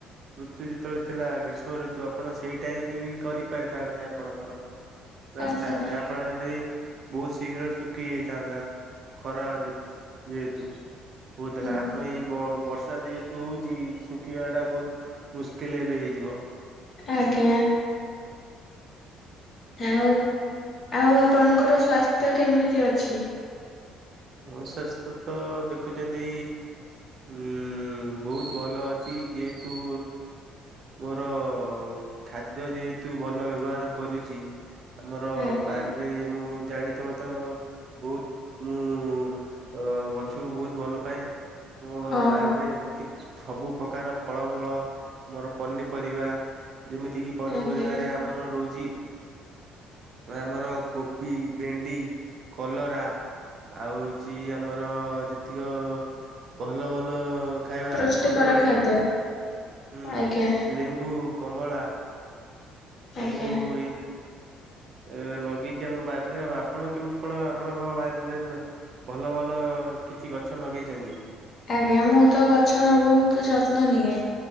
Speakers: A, on the right; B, on the left.
A: ଋତୁ ଯେତେବେଳେ ଥିଲା ଗ୍ରୀଷ୍ମ ଋତୁ ଆପଣ ସେଇ ଟାଇମରେ ବି କରି ପାରିଥାନ୍ତେ ଆପଣଙ୍କର? ରାସ୍ତା
B: ଆଜ୍ଞା
A: ଯାହାଫଳରେ ବି ବହୁତ ଶୀଘ୍ର ଶୁଖି ଯାଇଥାନ୍ତା ଖରା ଯେହେତୁ। କହୁଥିଲା
B: ହୁଁ।
A: ଆପଣ ଏଇ ବର୍ଷା ଯେହେତୁ ହଉଛି ଶୁଖିବାଟା ବହୁତ ମୁସ୍କିଲ ଏବେ ହେଇଯିବ।
B: ଆଜ୍ଞା। ଆଉ ଆଉ ଆପଣଙ୍କର ସ୍ଵାସ୍ଥ୍ୟ କେମିତି ଅଛି?
A: ମୋ ସ୍ୱାସ୍ଥ୍ୟ ତ ଦେଖୁଛନ୍ତି ଉ ବହୁତ ଭଲ ଅଛି ଯେହେତୁ ମୋର ଖାଦ୍ୟ ଯେହେତୁ ଭଲ ବ୍ୟବହାର କରୁଛି। ଆମର
B: ଆଜ୍ଞା
A: ବାଡିରେ ମୁଁ ଜାଣିଥିବ ତ ବହୁତ ମୁଁ ମୁଁ ଗଛକୁ ବହୁତ ଭଲ ପାଏ ମୋ
B: ହଁ
A: ବାରିରେ
B: ହଁ
A: କି ସବୁ ପ୍ର୍ରକାର ଫଳମୂଳ ମୋର ପନିପରିବା ଯେମିତିକି ପନିପରିବାରେ
B: ଆଜ୍ଞା।
A: ଆମ ଆମର ରହୁଛି ଆମର କୋବି ଭେଣ୍ଡି କଲରା। ଆଉ ହଉଛି ଆମର ଯେତିକ ଭଲ ଭଲ ଖାଇବା
B: ପୃଷ୍ଟିକର
A: କଦଳୀ।
B: ଖାଦ୍ୟ
A: ହୁଁ
B: ଆଜ୍ଞା
A: ଲେମ୍ବୁ କମଳା ସବୁ
B: ଆଜ୍ଞା।
A: ଏଇ ଏ ନଗେଇଛି ଆମ ବାରିରେ ଆଉ ଆପଣ କେମିତି କଣ ଆପଣଙ୍କ ବାରିରେ ଭଲ ଭଲ କିଛି ଗଛ ଲଗେଇଛନ୍ତି।
B: ଆଜ୍ଞା ମୁଁ ତ ଗଛର ବହୁତ ଯତ୍ନ ନିଏ।